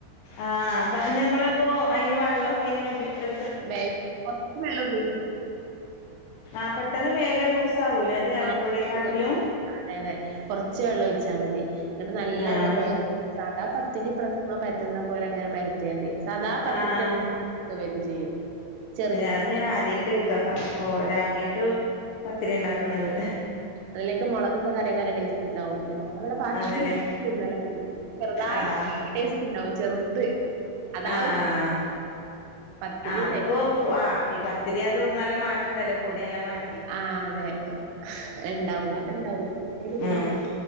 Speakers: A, on the left; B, on the right.
A: ആഹ് അപ്പൊ നമ്മള പ്പോ അയ്ന് വെള്ളക്കെ ഇങ്ങനെ ഉ
B: <unintelligible> കൊർച് വെള്ള ഒക്കെ
A: ആഹ് പെട്ടെന്ന് മേഗ ലൂസ ആവൂലേ അത് അരിപ്പൊടിയെക്കാട്ടിലും?
B: ആഹ് അതെ അതെ കൊറ്ച്ച് വെള്ളം ഒഴിച്ചാ മതി ന്നിട്ട് നല്ലണ്ട്
A: ആഹ്
B: കൊഴ
A: ശരി
B: സാദാ പത്തിരി പ്രശ്നം പരത്തുന്ന പോല അങ്ങനെ പരത്തിയാമതി സാദാ പത്തിരീന്റെ.
A: ആഹ്
B: ഒക്കെ വരും ചെയ്യും. ചെറിയ
A: അത് ഞാൻ ആദ്യമായിട്ട് കേക്ക രാഗിയിട്ട് പത്തിരി ഉണ്ടാക്കണത്.
B: അത്ലേക്ക് മുളകത്തെ കറി നല്ല ടേസ്റ്റ് ഉണ്ടാവും ഞവിടെ <unintelligible>
A: അതല്ലേ
B: ചെറുതായിട്ട്
A: ആഹ്
B: ടേസ്റ്റ് ഉണ്ടാവും ചെറുത്. അതാ
A: ആഹ്
B: ഒരു
A: ആഹ്
B: പത്തില്
A: ആ അതിപ്പോ ആ പത്തിരി ഇതി അതും നല്ല മാറ്റം ഉണ്ടല്ലോ. പൊടിയല്ലാം മാറ്റി
B: ആ അതെ ഉണ്ടാവും അത്ണ്ടാവും <unintelligible>
A: ഉം